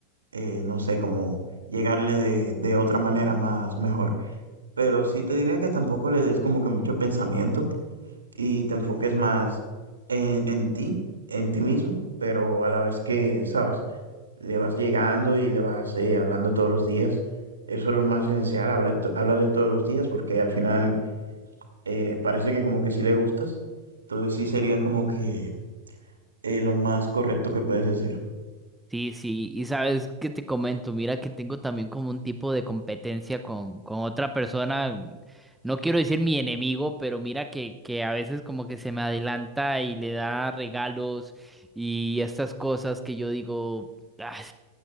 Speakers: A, on the right; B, in the centre.
A: eh, no sé, como llegarle de, de otra manera más mejor. Pero sí te diría que tampoco le des como que mucho pensamiento y te enfoques más en, en ti, en ti mismo, pero a la vez que, sabes, le vas llegando y le vas eh, hablando todos los días. Eso es lo más esencial, habla to- háblale todos los días porque al final eh, parece que como que sí le gustas. Entonces sí sería como que eh, lo más correcto que puedes hacer.
B: Sí, sí, y sabes qué te comento, mira que tengo también como un tipo de competencia con, con otra persona, mm, no quiero decir mi enemigo, pero mira que, que a veces como que se me adelanta y le da regalos y estas cosas que yo digo, "Ay",